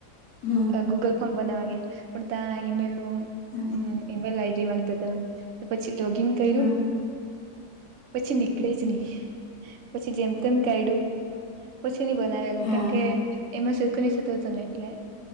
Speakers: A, on the left (about 70°); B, on the right (about 60°).
A: હમ્મ
B: ગુગલ ફોર્મ બનાવા ગયા પણ ત્યાં ઈમેલનુ
A: હ
B: ઈમેલ આઈડી માંગતા હતા. તો પછી જોગિંગ કર્યું
A: હ હા
B: પછીની. નીકળેજ ની પછી જેમ તેમ કાઢયું પછી ની બનાવેલું
A: હા
B: કેમ કે એમાં સરખું ની થતું હતું ને એટલે